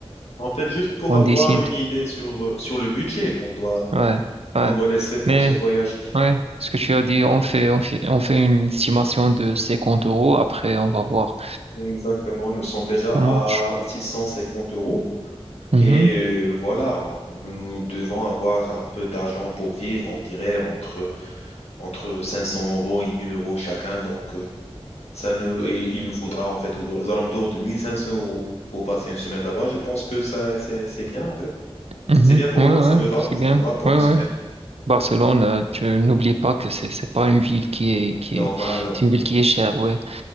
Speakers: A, on the left (about 85°); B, on the right (about 70°).
A: En fait, juste pour
B: on
A: avoir
B: décide.
A: une idée sur, euh, sur le budget qu'on doit,
B: Ouais ouais.
A: qu'on doit laisser pour
B: Mais
A: ce voyage.
B: ouais, ce que tu as dit, on fait on fait on fait une estimation de 50 euros. Après on va voir.
A: Exactement, nous sommes déjà
B: Ça marche.
A: à 650 euros
B: Mhm.
A: et euh, voilà, on- nous, nous devons avoir un peu d'argent pour vivre, on dirait entre, entre 500 euros et 1000 euros chacun. Donc, euh, ça ne, et il nous faudra en fait aux, aux alentours de 1500 euros pour passer une semaine là-bas. Je pense que ça, c'est, c'est bien en fait.
B: Mhm.
A: C'est bien pour
B: Ouais,
A: moi,
B: ouais,
A: ça me va,
B: c'est
A: ça
B: bien.
A: me va pour
B: Ouais,
A: une
B: ouais.
A: semaine
B: Barcelone, euh, tu n'oublie pas que c'est c'est pas une ville qui est qui
A: Normal.
B: est c'est une ville qui est chère, ouais.